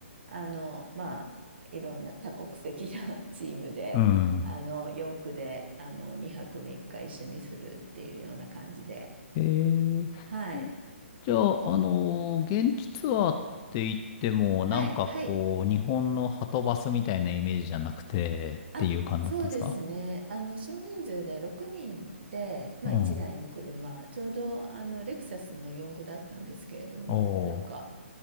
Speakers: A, on the right; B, on the left.
A: あの、まあ、いろんな多国籍な <laughs> チームで、
B: うん。
A: あの、4区で、あの、2泊3日一緒にするっていうような感じで。
B: えー、
A: はい。
B: えじゃあ、あの、現地ツアーって言っても、なんかこう、
A: はい。はい。
B: 日本のはとバスみたいなイメージじゃなくて、
A: あ、
B: っていう感じだったんですか
A: そうですね。あの、少人数で6人で、まあ、
B: うん。
A: 1台の車、ちょうど、あの、レクサスの4駆だったんですけれども、
B: <laughs> おー。
A: なんか、